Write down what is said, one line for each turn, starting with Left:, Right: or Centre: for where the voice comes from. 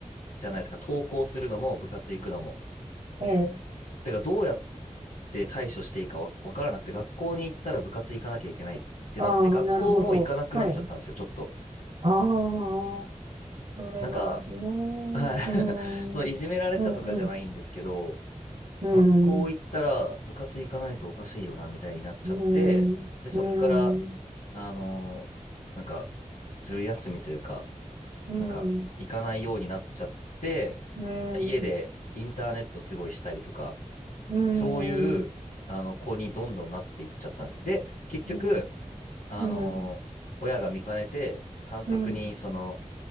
Left: じゃないですか、登校するのも部活行くのも。
Right: ええ、
Left: てかどうやって対処していいかわ、わからなくて、学校に行ったら部活行かなきゃいけないってなって、
Right: ああ、
Left: 学校も行かなくなっちゃったんですよ、
Right: なるほど。はい。
Left: ちょっと。
Right: ああ、それはね、
Left: なんか、はい。
Right: うん、
Left: <laughs> そのいじめられてたとかじゃないんですけど、
Right: うん、うん、うん、
Left: 学校行ったら部活行かないとおかしいよな、
Right: うん、
Left: みたいになっちゃって、
Right: うん、
Left: で、そっから、
Right: うん、
Left: あのーなんか、ずる休みというか、
Right: うん、
Left: なんか、行かないようになっちゃって、
Right: うん、
Left: 家でインターネットすごいしたりとか、
Right: うん、
Left: そういう、あの、子にどんどんなっていっちゃったんですよ。で、結局、
Right: うん、
Left: あのー親が見かねて、
Right: うん、
Left: 監督に、
Right: うん、
Left: その、